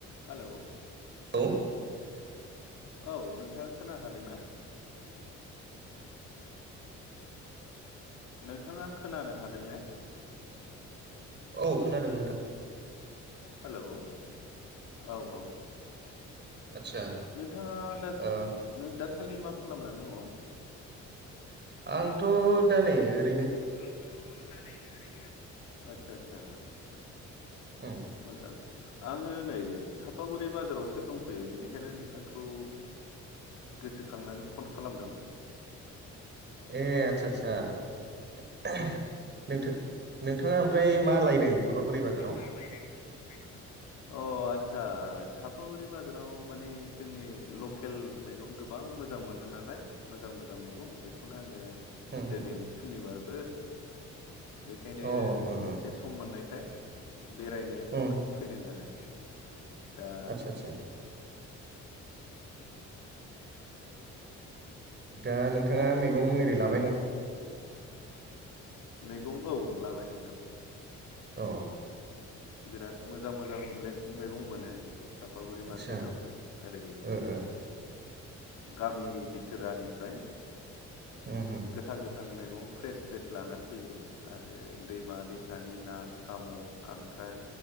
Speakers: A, on the left; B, on the right.
A: Hello
B: औ
A: औ नोंथाङा खोन हादोंना नोंथाङा खोनानो हादों ने
B: औ खोनादों नोंथां
A: हेलौ औ औ
B: आदसा
A: नोंथाङा दा
B: ओ
A: दासान्दि मा खालामनानै दङ?
B: आंथ' दा नै ओ-
A: आंथ' दा नै ओरैनो दंथयो आदसा आदसा
B: उम
A: मोजां आङो नै सापागुरि बाजारावसो दंफैयो बेनिखायनो नोंथांखौ गोसोखांनानै फन खालामदोंमोन
B: ए आदसा आदसा एहम नोंथां-नोंथाङा ओमफ्राय मा लायदों चापागुरि बाजाराव?
A: अ आदसा चापागुरि बाजाराव माने जोंनि लकेल मैगं गोबां मोजां मोनो नालाय मोजां मोजां मैगं बेखौनो आङो
B: उम
A: दिनै
B: अ
A: सुनिबार- बो बेखायनो
B: ओ ओ
A: एसे सम मोननायखाय बेरायनो-नो
B: उम
A: फैदों आरो दा
B: आदसा आदसा दा नोंथाङा मैगं एरै लाब-
A: <inaudible> मैगं औ लाबाय नोंथां।
B: अ
A: बिराद मोजां मोजां मैगं मोनो चापागुरि
B: आदसा
A: मार्केटआव ओरै
B: ओ ओ
A: गामि बिथोरानिफ्राय
B: उम उम
A: गोथां गोथां गोथां मैगं फ्रेस फ्रेस लानानै फैयो आरो दैमा दैसानि ना, साम', खां- ख्राय